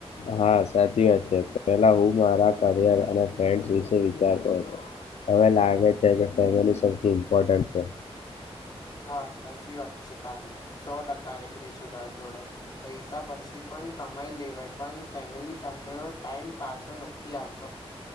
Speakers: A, on the left (about 90°); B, on the left (about 40°).
A: હા સાચી વાત છે પહેલા હું મારા કરિયર અને ફ્રેન્ડ્સ વિશે વિચારતો હતો હવે લાગે છે કે ફેમિલી સૌથી ઇમ્પોર્ટન્ટ છે
B: હા સાચી વાત છે તારી સો ટકા એગરી છું તારી જોડે પૈસા પછી પણ કમાઈ લેવાય પણ ફેમિલી સાથેનો ટાઈમ પાછો નથી આવતો